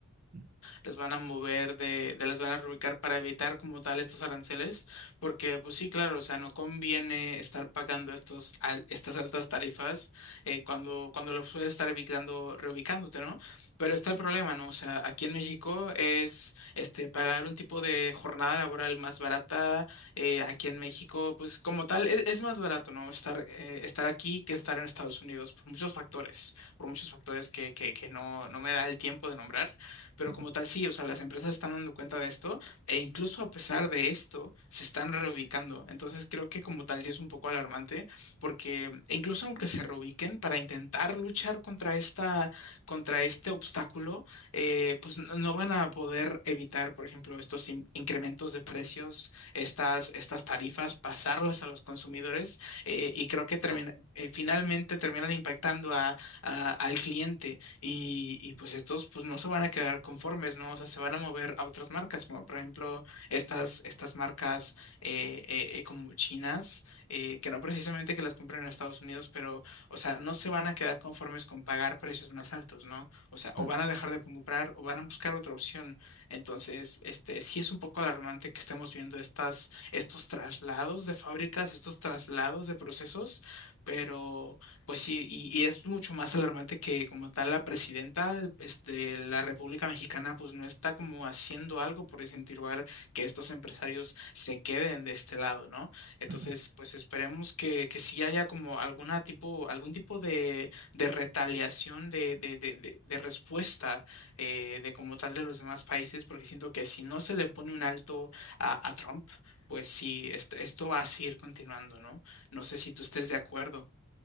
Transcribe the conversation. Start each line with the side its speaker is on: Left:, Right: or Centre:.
Right: Mm,
Left: les van a mover de, de las van a reubicar para evitar como tal estos aranceles, porque pues sí, claro, o sea, no conviene estar pagando estos al- estas altas tarifas eh, cuando, cuando los puedes estar evitando, reubicándote, ¿no? Pero está el problema, ¿no? O sea, aquí en México es este pagar un tipo de jornada laboral más barata eh, aquí en México, pues como tal, e- es, más barato, ¿no? Estar, eh, estar aquí que estar en Estados Unidos, por muchos factores, por muchos factores que, que, que no, no me da el tiempo de nombrar, pero
Right: ujú,
Left: como tal, sí, o sea, las empresas están dando cuenta de esto e incluso a pesar de esto, se están reubicando. Entonces creo que como tal, sí es un poco alarmante porque e incluso aunque se reubiquen para intentar luchar contra esta, contra este obstáculo, eh, pues no no van a poder evitar, por ejemplo, estos in- incrementos de precios, estas, estas tarifas, pasarlas a los consumidores eh, y creo que termina- eh, finalmente terminan impactando a, a- al cliente y, y pues estos pues no se van a quedar conformes, ¿no? O sea, se van a mover a otras marcas, como por ejemplo estas, estas marcas eh, eh, eh, como chinas, eh, que no precisamente que las compren en Estados Unidos, pero, o sea, no se van a quedar conformes con pagar precios más altos, ¿no? O sea, o
Right: mm,
Left: van a dejar de comprar o van a buscar otra opción. Entonces, este, sí es un poco alarmante que estemos viendo estas, estos traslados de fábricas, estos traslados de procesos, pero... Pues sí, y, y es mucho más alarmante que como tal la presidenta de la República Mexicana pues no está como haciendo algo por incentivar que estos empresarios se queden de este lado, ¿no? Entonces,
Right: ujú.
Left: pues esperemos que, que sí haya como alguna tipo, algún tipo de, de retaliación, de, de, de, de, de respuesta eh, de como tal de los demás países, porque siento que si no se le pone un alto a, a Trump, pues sí, esto, esto va a seguir continuando, ¿no? No sé si tú estés de acuerdo.